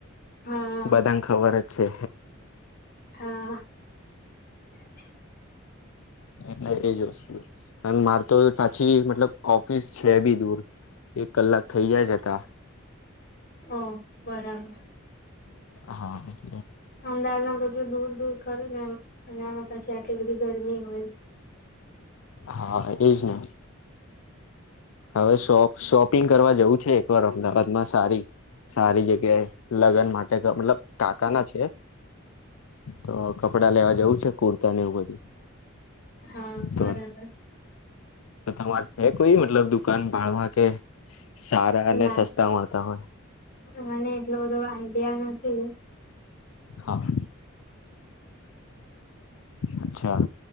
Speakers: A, on the left; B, on the left.
A: હા
B: બધાને ખબર જ છે
A: હા <unintelligible>
B: એટલે એજ વસ્તુ અને મારે તો પાછી મતલબ ઓફિસ છે બી દૂર એક કલાક થઈ જાય જ હતા
A: ઓ બરાબર
B: હા હા
A: <unintelligible> દૂર દૂર ખરું નેમ એનામા પછી આટલી બધી ગરમી હોય.
B: હા એજ ને હવે શોપ શોપિંગ કરવા જવું છે એક વાર અમદાવાદમાં સારી સારી જ કે લગન માટે મતલબ કાકા ના છે તો કપડા લેવા જેવું છે કુર્તા ને એવું બધું.
A: હા બરાબર.
B: તો તો તમારે છે કોઈ મતલબ દુકાન ભાળમાં કે. સારા અને
A: ના
B: સસ્તા મળતા હોય.
A: મને એટલો બધો આઈડિયા નથી.
B: હા. અચ્છા